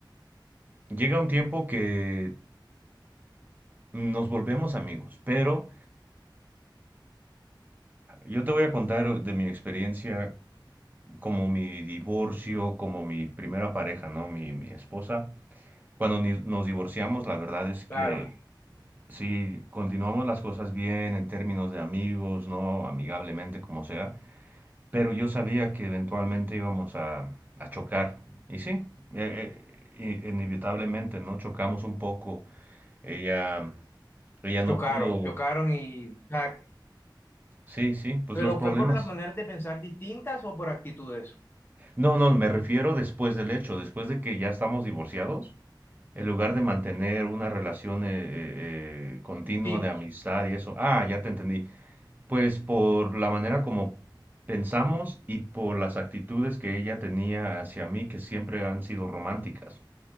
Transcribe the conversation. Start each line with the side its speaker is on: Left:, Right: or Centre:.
Right: llega un tiempo que nos volvemos amigos, pero yo te voy a contar de mi experiencia como mi divorcio, como mi primera pareja, ¿no? Mi, mi esposa. Cuando ni- nos divorciamos, la verdad es que
Left: Claro,
Right: sí, continuamos las cosas bien en términos de amigos, ¿no? Amigablemente, como sea, pero yo sabía que eventualmente íbamos a, a chocar. Y sí, eh, eh, i- inevitablemente, ¿no? Chocamos un poco. Ella, ella no
Left: Chocaron,
Right: pudo.
Left: chocaron y... ah,
Right: Sí, sí, pues
Left: ¿pero
Right: los problemas.
Left: fue por las maneras de pensar distintas o por actitudes?
Right: No, no, me refiero después del hecho, después de que ya estamos divorciados, en lugar de mantener una relación eh, eh, eh, continua
Left: Sí,
Right: de amistad y eso. Ah, ya te entendí Pues por la manera como pensamos y por las actitudes que ella tenía hacia mí que siempre han sido románticas.